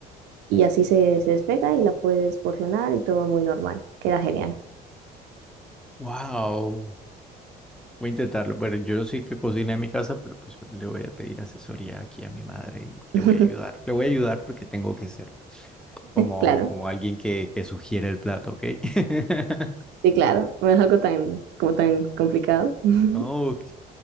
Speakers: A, on the right (about 85°); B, in the centre.
A: y así se, se despega y la puedes porcionar y todo muy normal. Queda genial.
B: Wow. Voy a intentarlo, pero yo sí que cocina en mi casa, pero pues le voy a pedir asesoría aquí a mi madre y le
A: <laughs>
B: voy a ayudar. Le voy a ayudar porque tengo que hacerlo, como,
A: Claro,
B: como alguien que, que sugiere el plato, ¿ok? <laughs>
A: sí, claro. No es algo tan, como tan complicado. <laughs>
B: Ah, Ok,